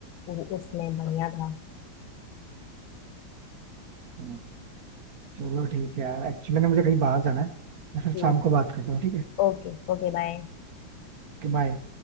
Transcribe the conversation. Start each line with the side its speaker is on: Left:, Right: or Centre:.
Left: वो उसमें बढ़िया था
Right: हाँ चलो ठीक है यार एक्चुअली ना मुझे कहीं बाहर जाना है मैं फिर
Left: कि
Right: शाम को बात करता हूँ ठीक है
Left: ओके ओके बाय
Right: Okay bye